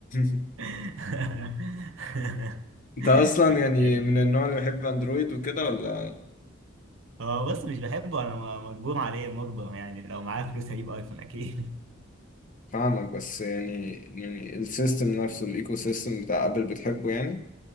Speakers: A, on the left; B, on the right.
A: <laughs>
B: <laughs>
A: انت اصلا يعني من النوع اللي بيحب اندرويد وكده ولا
B: هو بص مش بحبه انا م- مجبور عليه مجبر يعني لو معايا فلوس هجيب ايفون اكيد
A: فاهمك بس يعني يعني السيستم نفسه الايكو سيستم بتاع ابل بتحبه يعني